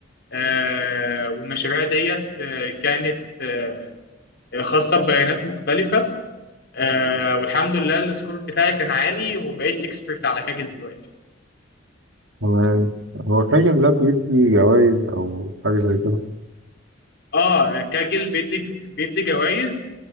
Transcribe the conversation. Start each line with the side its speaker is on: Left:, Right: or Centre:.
Left: آه، والمشاريع ديت آه، كانت آه، خاصة ببيانات مختلفة آه، والحمد لله السكور بتاعي كان عالي وبقيت اكسبرت على كاجل دلوقتي
Right: هو هو فاكر لا بيدي جوائز أو حاجة زي كده
Left: اه كاجل بيدي بيدي جوائز